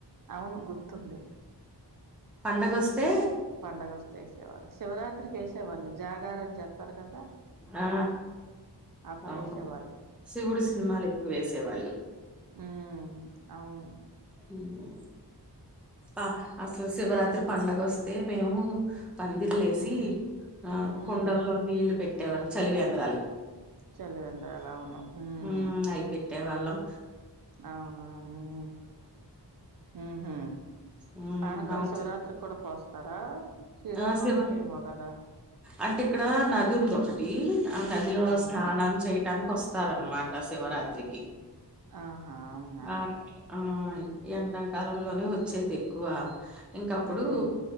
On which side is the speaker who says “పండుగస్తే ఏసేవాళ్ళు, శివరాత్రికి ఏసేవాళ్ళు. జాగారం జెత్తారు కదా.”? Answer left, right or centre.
Right